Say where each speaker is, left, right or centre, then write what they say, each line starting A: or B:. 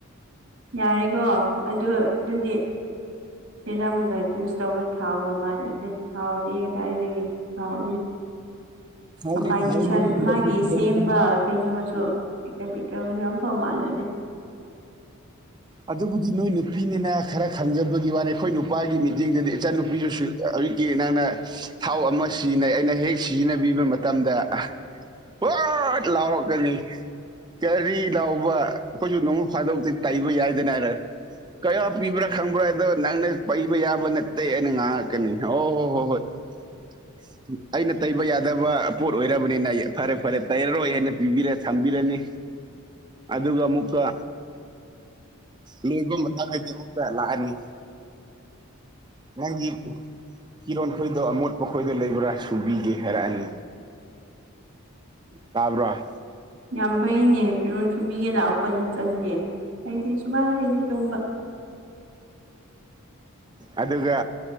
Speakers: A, on the right; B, on the right.
A: ꯌꯥꯔꯦꯀꯣ ꯑꯗꯨ ꯑꯗꯨꯗꯤ ꯁꯤꯔꯝꯒ ꯌꯨꯁ ꯇꯧꯕ ꯊꯥꯎꯒ ꯃꯥꯟꯅꯗꯦ ꯊꯥꯎꯗꯤ ꯀꯗꯥꯏꯗꯒꯤ ꯍꯥꯎꯅꯦ
B: ꯊꯥꯎꯗꯤ
A: ꯀꯝꯕꯥꯏꯅꯦꯁꯟ
B: ꯊꯥꯎꯅꯤ ꯁꯤꯔꯞꯇꯤ
A: ꯃꯥꯒꯤ
B: ꯁꯤꯔꯞꯅꯤ
A: ꯁꯦꯝꯕ ꯀꯩꯅꯣꯁꯨ ꯀꯦꯃꯤꯀꯦꯜꯁꯨ ꯌꯥꯝ ꯐꯕ ꯃꯥꯟꯅꯗꯦ
B: ꯑꯗꯨꯕꯨꯗꯤ ꯅꯣꯏ ꯅꯨꯄꯤꯅꯤꯅ ꯈꯔ ꯈꯪꯖꯕꯒꯤ ꯋꯥꯅꯤ ꯑꯩꯈꯣꯏ ꯅꯨꯄꯥꯒꯤ ꯃꯤꯠꯌꯦꯡꯗꯗꯤ ꯏꯆꯟꯅꯨꯄꯤꯗꯨꯁꯨ ꯍꯧꯖꯤꯛꯀꯤ ꯅꯪꯅ ꯊꯥꯎ ꯑꯃ ꯁꯤꯖꯤꯟꯅꯩ ꯑꯩꯅ ꯍꯦꯛ ꯁꯤꯖꯤꯟꯅꯕꯤꯕ ꯃꯇꯝꯗ ꯍꯣꯏ ꯂꯥꯎꯔꯛꯀꯅꯤ ꯀꯔꯤ ꯂꯥꯎꯕ ꯑꯩꯈꯣꯏꯁꯨ ꯅꯣꯡ ꯐꯥꯗꯣꯛꯇꯤ ꯇꯩꯕ ꯌꯥꯏꯗꯅ ꯍꯥꯏꯔ ꯀꯌꯥ ꯄꯤꯕ꯭ꯔꯥ ꯈꯪꯕ꯭ꯔꯥ ꯑꯗꯣ ꯅꯪꯅ ꯄꯩꯕ ꯌꯥꯕ ꯅꯠꯇꯦ ꯑꯩꯅ ꯉꯥꯡꯉꯛꯀꯅꯤ ꯑꯣ ꯍꯣꯏ ꯍꯣꯏ ꯍꯣꯏ ꯑꯁ ꯑꯩꯅ ꯇꯩꯕ ꯌꯥꯗꯕ ꯄꯣꯠ ꯑꯣꯏꯔꯕꯅꯤꯅ ꯐꯔꯦ ꯐꯔꯦ ꯇꯩꯔꯔꯣꯏ ꯍꯥꯏꯅ ꯄꯤꯕꯤꯔꯦ ꯊꯝꯕꯤꯔꯅꯤ ꯑꯗꯨꯒ ꯑꯃꯨꯛꯀ ꯂꯣꯏꯕ ꯃꯇꯝꯗꯗꯤ ꯑꯃꯨꯛꯇ ꯂꯥꯛꯑꯅꯤ ꯅꯪꯒꯤ ꯀꯤꯔꯣꯟꯈꯩꯗꯣ ꯑꯃꯣꯠ ꯃꯈꯣꯏꯗ ꯂꯩꯕ꯭ꯔꯥ ꯁꯨꯕꯤꯒꯦ ꯍꯥꯏꯔꯛꯑꯅꯤ ꯇꯥꯕꯔ
A: ꯌꯥꯝ ꯐꯩꯅꯦ ꯐꯤꯔꯣꯜ ꯁꯨꯕꯤꯒ ꯂꯥꯛꯑꯣꯄ ꯅꯆꯟꯗꯤ ꯍꯥꯏꯗꯤ ꯁꯨꯕꯥ ꯍꯥꯏꯗ ꯇꯣꯝꯕ
B: ꯑꯗꯨꯒ